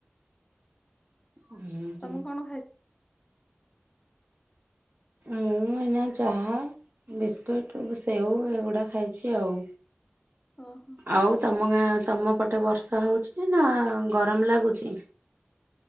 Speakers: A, on the right; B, on the left.
A: ହୁଁ ହୁଁ।
B: ତମେ କଣ ଖାଇଛି।
A: ମୁଁ ଏଇନା ଚାହା ବିସ୍କୁଟ୍ ସେଓ ଏଗୁଡ଼ା ଖାଇଛି ଆଉ।
B: ଓଁ ହୋ।
A: ଆଉ ତମ ଗାଁ ତମ ପଟେ ବର୍ଷା ହଉଛି ନା ଗରମ ଲାଗୁଛି।